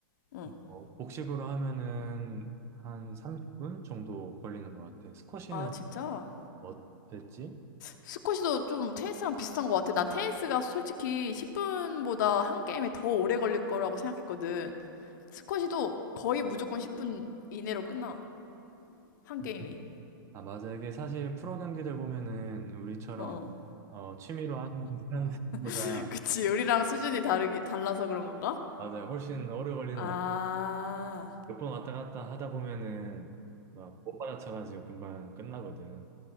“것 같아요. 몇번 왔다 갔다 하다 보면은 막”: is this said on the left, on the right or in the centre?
Right